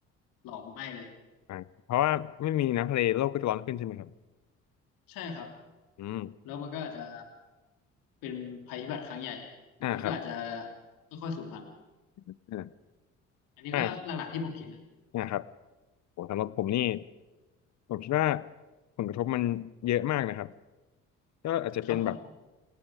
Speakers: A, on the left; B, on the left.
A: หลอมไหม้เลย
B: อ่าเพราะว่าไม่มีน้ำทะเลโลกก็จะร้อนขึ้นใช่ไหมครับ
A: ใช่ครับ
B: อืม
A: แล้วมันก็อาจจะเป็นภัยพิบัติครั้งใหญ่
B: อ่าครับ
A: มนุษย์ก็อาจจะค่อยๆสูญพันธุ์
B: อ่า
A: อันนี้ก็หลักๆที่ผมคิดนะ
B: อ่าอ่าครับโหสำหรับผมนี่ผมคิดว่าผลกระทบมันเยอะมากนะครับก็อาจจะเป็นแบบ
A: ครับผม